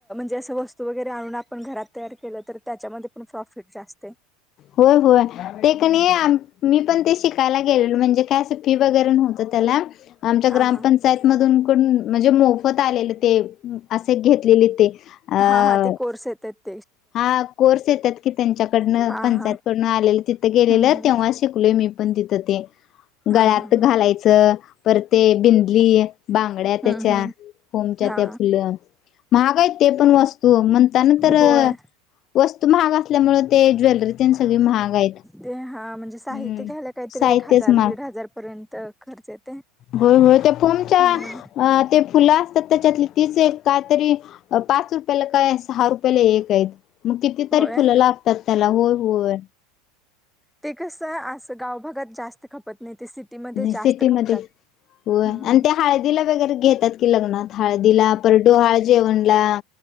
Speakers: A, in the centre; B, on the left.
A: जसं वस्तू वगैरे आणून आपण घरात तयार केलं तर त्याच्यामध्ये पण प्रॉफिट जास्त आहे.
B: होय होय ते कण मी पण ते शिकायला गेलेल म्हणजे काय अस ी वरे्हत त्या आमच्या
A: हा
B: ग्रामं
A: हा
B: <inaudible> मध म्हणजे मोफत आलेले ते असे घेतलेले ते अ
A: हा हा ते कोर्स येते.
B: हा कोर्स येतात की त्यांच्याकडनं
A: हा
B: पंचायतकडनं
A: हा
B: आलेलं तिथं गेलेलं
A: हम्म हम्म
B: तेव्हा शिकलोय मी. ण ते
A: हा
B: गळ्यात
A: हा हा
B: घालायच परते बिंदली ब बड्या
A: हम्म
B: त्याच्या
A: हम्म
B: फमच्या
A: हा
B: त्या फुलं महागाय ते पण वस्त तो म्हणता ना तर
A: होय
B: वस्तू महाग असल्यामुळे ते ज्वेलरी सगळे महाग आहेत.
A: ते हा म्हणजे साहित्य
B: हम्म
A: घ्यायला काहीतरी
B: साहित्यच
A: एक हजार
B: महाग
A: दीड हजार पर्यंत खर्च येते.
B: होय होय त्या फोमच्या
A: हम्म
B: ते फुलं असतात त्याच्यातली तीच काय तरी पाच रुपयाला काय सहा रुपयाला एक आहेत. मग कितीतरी
A: होय
B: फुलं लागतात त्याला होय होय.
A: ते कसं अस गावभगात जास्त खपत नाही ते सिटीमध्ये
B: आणि सिटीमध्ये
A: जास्त खपतात.
B: होय
A: हम्म
B: आणि ते हळदीला वगैरे घेतात की लग्नात हळदीला परडू हळदी जेवनला